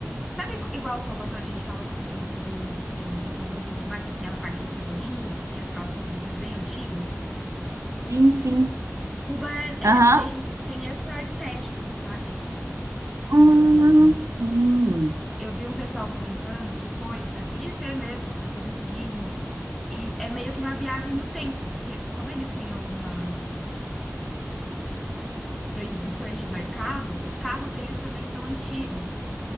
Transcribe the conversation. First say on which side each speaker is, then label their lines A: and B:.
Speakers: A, in the centre; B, on the right.
A: Sabe co- igual Salvador, a gente estava comentando sobre eh, Salvador e tudo mais, que tem a parte do Pelourinho, que tem aquelas construções bem antigas.
B: Sim, sim.
A: Cuba é- é-
B: Aham,
A: tem, tem essa estética, sabe?
B: Ah,
A: E
B: sim.
A: eu vi um pessoal comentando que foi para conhecer mesmo, para fazer turismo. E é meio que uma viagem no tempo, porque como eles têm algumas proibições de mercado, os carros deles também são antigos.